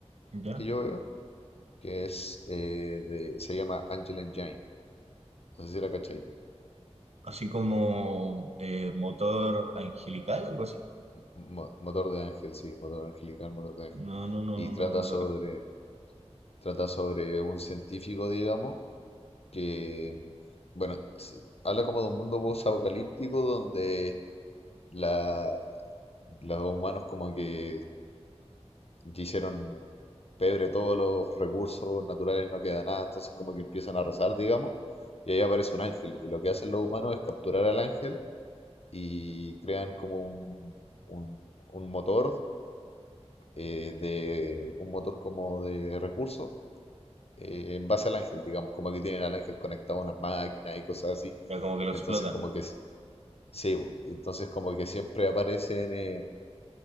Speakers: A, on the right (about 65°); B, on the left (about 60°).
A: ¿Ya?
B: que yo veo. que es eh, de, se llama Angel Engine. No sé si la cachai.
A: Así como eh, motor angelical, algo así.
B: Mo- motor de ángel, sí, motor angelical, motor de ángel.
A: No, no, no,
B: Y trata
A: no, no
B: sobre,
A: lo
B: trata sobre un científico, digamos, que, bueno, s- habla como de un mundo post-apocalíptico donde la, los humanos como que hicieron pebre todos los recursos naturales, no queda nada, entonces como que empiezan a rezar, digamos, y ahí aparece un ángel. Y lo que hacen los humanos es capturar al ángel y crean como un, un- un motor, eh, de, un motor como de recursos eh, en base al ángel, digamos, como que tienen al ángel conectado a unas máquinas y cosas así.
A: Pero como que lo explotan.
B: Entonces como que s- sí, po, y entonces como que siempre aparecen, eh,